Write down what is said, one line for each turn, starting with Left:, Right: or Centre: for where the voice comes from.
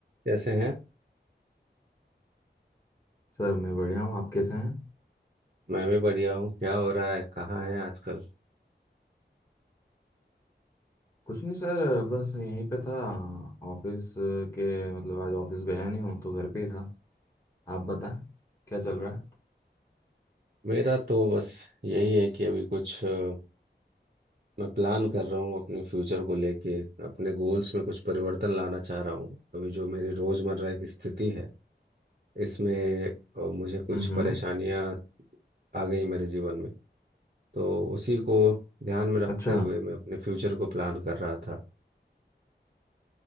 Right: कैसे हैं
Left: Sir मैं बढ़िया हूँ आप कैसे हैं
Right: मैं भी बढ़िया हूँ क्या हो रहा है कहाँ है आजकल
Left: कुछ नहीं सर बस यहीं पे था ऑफिस के मतलब आज ऑफिस गया नहीं हूँ तो घर पे ही था आप बताएं क्या चल रहा है
Right: मेरा तो बस यही है कि अभी कुछ अ, मैं प्लान कर रहा हूँ अपने फ्यूचर को लेके अपने गोल्स में कुछ परिवर्तन लाना चाह रहा हूँ अभी जो मेरी रोजमर्रा की स्थिति है इसमें अ, मुझे कुछ
Left: हम्म
Right: परेशानियाँ आ गई मेरे जीवन में तो उसी को ध्यान में रखते
Left: अच्छा
Right: हुए मैं अपने फ्यूचर को प्लान कर रहा था